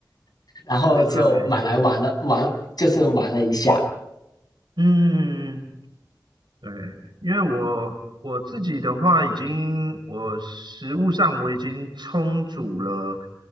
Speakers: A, on the left; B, on the right.
A: 然后就买来玩了玩，
B: 原来，
A: 就是玩了一下。
B: 嗯。对，因为我我自己的话，已经我食物上我已经充足了